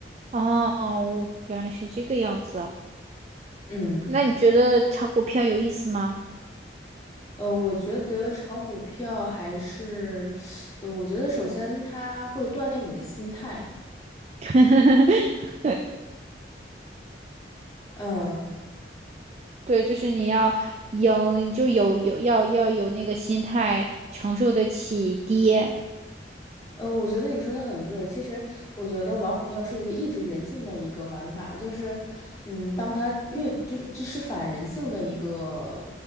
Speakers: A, on the right; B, on the left.
A: 哦，我原来是这个样子啊。
B: 嗯。
A: 那你觉得炒股票有意思吗？
B: 呃，我觉得炒股票还是，呃，我觉得首先它会锻炼你的心态，
A: <laughs>
B: 嗯，
A: 对，就是你要赢，就有有要要有那个心态，承受得起跌，
B: 呃，我觉得你说的很对。其实，我觉得玩股票是一个抑制人性的一个玩法，就是，嗯，当它越就是这是反人性的一个，